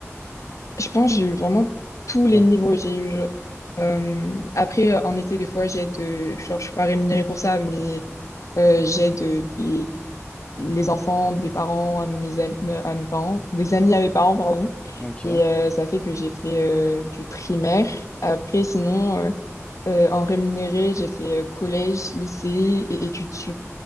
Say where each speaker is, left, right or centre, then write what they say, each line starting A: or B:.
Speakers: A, on the left (about 80°); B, on the left (about 20°).
A: Je pense que j'ai eu vraiment tous les
B: Ah,
A: niveaux. J'ai eu euh, euh, après euh, en été des fois j'aide euh, genre je suis pas rémunérée pour ça mais euh, j'aide euh, des les enfants des parents à mes am- euh, à mes parents des amis à mes parents pardon
B: ah, ok.
A: et euh, ça fait que j'ai fait euh, du primaire. Après sinon euh, euh, en rémunéré j'ai fait euh, collège lycée et études sup.